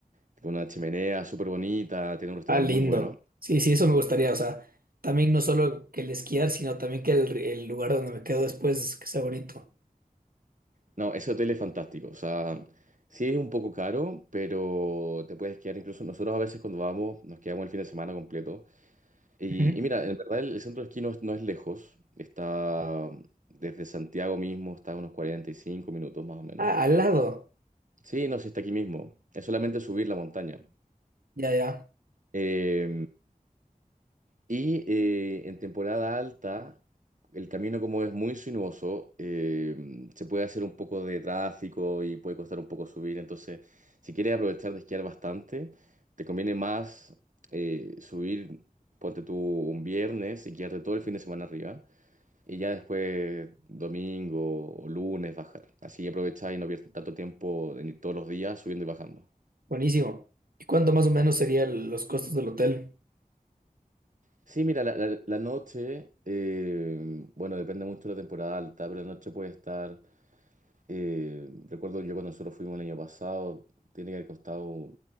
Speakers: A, on the right; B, on the right.
A: tiene una chimenea súper bonita, tiene un restaurante
B: Ah, lindo.
A: muy bueno.
B: Sí, sí, eso me gustaría. O sea, también no solo que el esquiar, sino también que el, el lugar donde me quedo después que sea bonito.
A: No, ese hotel es fantástico, o sea... Sí, es un poco caro, pero te puedes quedar incluso. Nosotros a veces cuando vamos nos quedamos el fin de semana completo. Y,
B: Ujú.
A: y mira, en verdad el, el centro de esquí no es, no es lejos, está desde Santiago mismo, está a unos 45 minutos más o menos.
B: Ah, al lado.
A: Sí, no, sí está aquí mismo, es solamente subir la montaña.
B: Ya, ya.
A: Eh, y eh, en temporada alta, el camino como es muy sinuoso, eh, se puede hacer un poco de tráfico y puede costar un poco subir, entonces si quieres aprovechar de esquiar bastante, te conviene más eh, subir, ponte tú un viernes y quedarte todo el fin de semana arriba Y ya después, domingo o lunes, bajar. Así que aprovecháis y no pierdes tanto tiempo en ir todos los días subiendo y bajando.
B: Buenísimo. ¿Y cuánto más o menos serían los costos del hotel?
A: Sí, mira, la, la- la noche, eh, bueno, depende mucho de la temporada alta, pero la noche puede estar, eh, recuerdo yo cuando nosotros fuimos el año pasado, tiene que haber costado